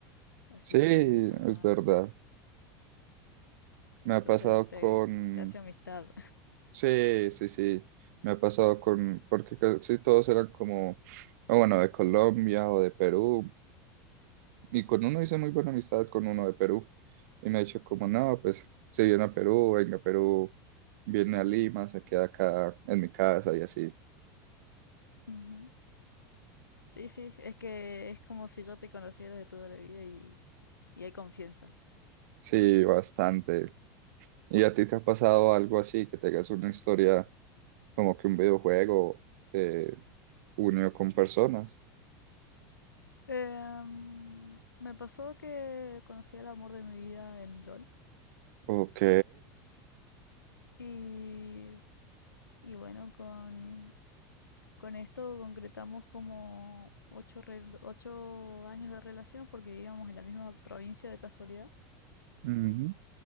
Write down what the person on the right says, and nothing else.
sí, es
verdad. Me
ha pasado
con...
Sí, sí, sí. Me ha pasado con... Porque casi todos eran como, o bueno, de Colombia o de Perú. Y con uno hice muy buena amistad, con uno de Perú. Y me ha dicho como, no, pues si viene a Perú, venga a Perú, viene a Lima, se queda acá en mi casa y así.
Sí, bastante. ¿Y a ti te ha pasado algo así, que tengas una historia como que un videojuego te unió con personas?
Ok.
Ujú.